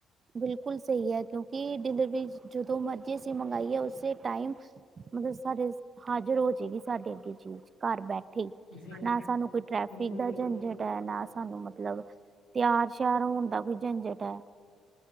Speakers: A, on the right; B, on the left.
A: ਬਿਲਕੁਲ ਸਹੀ ਹੈ ਕਿਉਂਕਿ ਡਿਲਵਰੀ ਜਦੋਂ ਮਰਜ਼ੀ ਅਸੀ ਮੰਗਾਈਏ ਉਸੇ ਟਾਈਮ ਮਤਲਬ ਸਾਡੇ ਹਾਜ਼ਰ ਹੋਏਗੀ ਸਾਡੇ ਅੱਗੇ ਚੀਜ਼। ਘਰ ਬੈਠੇ।
B: ਹਾਂਜੀ
A: ਨਾ ਸਾਨੂੰ ਕੋਈ ਟ੍ਰੈਫਿਕ
B: ਬਿਲਕੁਲ
A: ਦਾ
B: ਬਿਲਕੁਲ
A: ਝੰਜਟ ਹੈ ਨਾ ਸਾਨੂੰ ਮਤਲਬ ਤਿਆਰ ਸ਼ਿਆਰ ਹੋਣ ਦਾ ਕੋਈ ਝੰਜਟ ਹੈ।